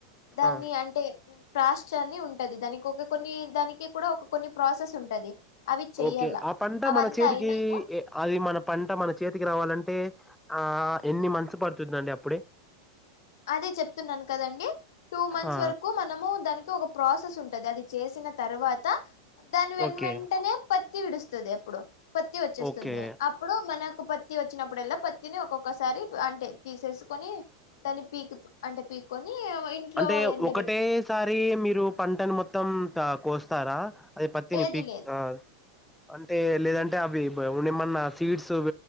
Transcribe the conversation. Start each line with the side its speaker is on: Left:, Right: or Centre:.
Left: దాన్ని
Centre: ఆ
Left: అంటే క్రాస్ అని ఉంటది దానికి ఒక కొన్ని దానికి కూడా ఒక కొన్ని ప్రాసెస్ ఉంటది అవి చెయ్యాల
Centre: ఓకే ఆ పంట
Left: అవంతా
Centre: మన చేతికి
Left: అయినాక
Centre: అది మన పంట మన చేతికి రావాలంటే అంటే ఆ ఎన్ని మంత్స్ పడుతుందండి అప్పుడే
Left: అదే చెప్తున్నాను కదండి టూ మంత్స్
Centre: ఆ!
Left: వరకు మనము దానికి ఒక ప్రాసెస్ ఉంటది అది చేసిన తర్వాత దాని వె
Centre: ఓకే.
Left: వెంటనే ప పత్తి విడుస్తుంది అప్పుడు పత్తి వచ్చేస్తుంది
Centre: ఓకే.
Left: అప్పుడు మనకు పత్తి వచ్చినప్పుడు ఎల్లా పత్తిని ఒకొక్క ఒకసారి అంటే తీసేసుకొని దాన్ని పీకుతు అంటే పీక్కొని ఇంట్లో
Centre: అంటే
Left: ఎండబెట్టాల
Centre: ఒకటేసారి
Left: మంచిగా
Centre: మీరు పంటని మొత్తం కోస్తారా అది పత్ని
Left: లేదు
Centre: పీక్
Left: లేదు
Centre: అ అంటే లేదంటే అవి ఏమన్నా స్వీడ్స్